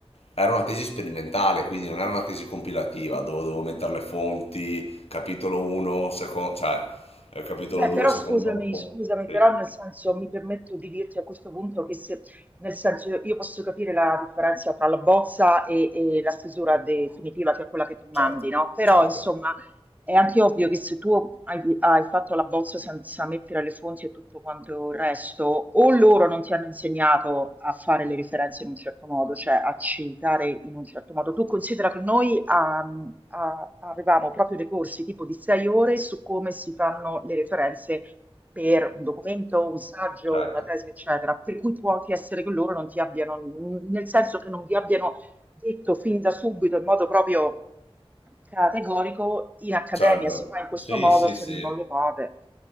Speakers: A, on the left (about 75°); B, on the right (about 15°).
A: era una tesi sperimentale, quindi non era una tesi compilativa dove dovevo mettere le fonti, capitolo 1, secondo, cioè eh, capitolo
B: Beh,
A: 2,
B: però
A: secondo
B: scusami,
A: la fonte.
B: scusami,
A: Sì,
B: però nel senso mi permetto di dirti a questo punto che se, nel senso io io posso capire la differenza tra la bozza e, e la stesura definitiva, che è quella che tu mandi,
A: certo,
B: no? Però
A: certo,
B: insomma è anche ovvio che se tu hai, hai fatto la bozza senza mettere le fonti e tutto quanto il resto, o loro non ti hanno insegnato a fare le referenze in un certo modo, cioè a citare in un certo modo. Tu considera che noi ehm, a- avevamo proprio dei corsi tipo di sei ore su come si fanno le referenze per un documento, un saggio,
A: certo.
B: una tesi, eccetera, per cui può anche essere che loro non ti abbiano, nel senso che non vi abbiano detto fin da subito in modo proprio categorico, in accademia
A: Certo,
B: si fa in questo
A: sì,
B: modo
A: sì,
B: se
A: sì.
B: non lo fate.